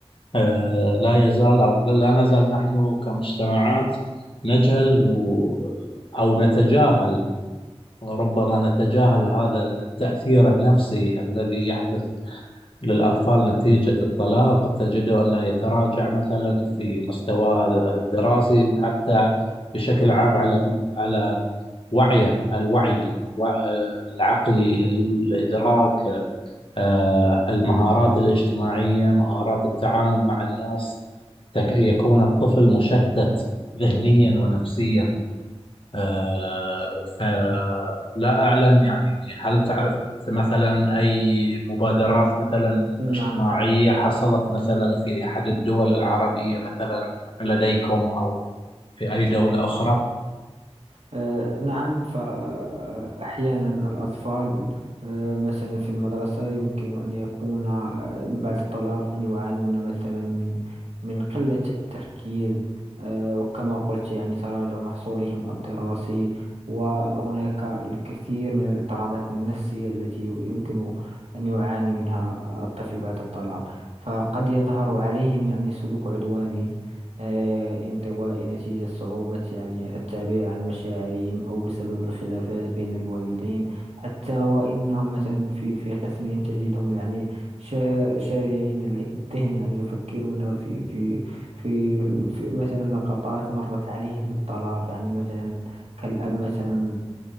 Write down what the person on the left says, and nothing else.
آه، لا يزال أو لا نزال نحن كمجتمعات نجهل و أو نتجاهل ربما نتجاهل هذا التأثير النفسي الذي يحدث للأطفال نتيجة الطلاق تجده أنه يتراجع مثلا في مستواه الدراسي حتى بشكل عام على على وعيه الوعي الوع- العقلي الإدراك آه، المهارات الاجتماعية مهارات التعامل مع الناس تك- يكون الطفل مشتت ذهنيا ونفسيا آه، فلا أعلم يعني هل تعرف أنت مثلا أي مبادرات مثلا اجتماعية
حصلت مثلا في أحد الدول العربية مثلا لديكم أو في أي دولة أخرى؟